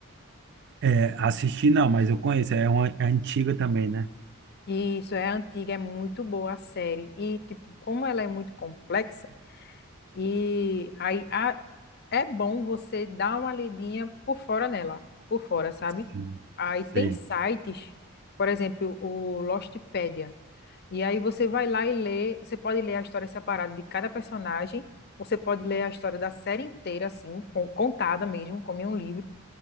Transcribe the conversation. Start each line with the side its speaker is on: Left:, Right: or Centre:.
Right: é, assistir não, mas eu conheço. É uma é antiga também, né?
Left: E Isso é antiga, é muito boa a série. E, tipo, como ela é muito complexa, E aí a- é bom você dar uma lidinha por fora nela, por fora, sabe?
Right: Sim,
Left: Aí tem
Right: sei.
Left: sites, por exemplo, o Lostpedia. E aí você vai lá e lê, você pode ler a história separada de cada personagem, você pode ler a história da série inteira, assim, con- contada mesmo, como em um livro.